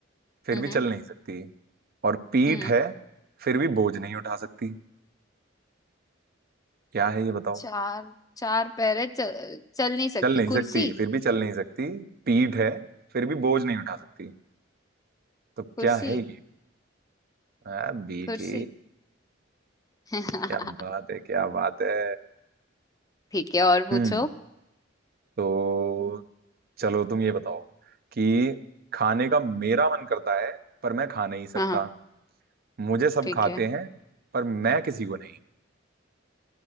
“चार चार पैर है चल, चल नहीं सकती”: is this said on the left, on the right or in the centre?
Left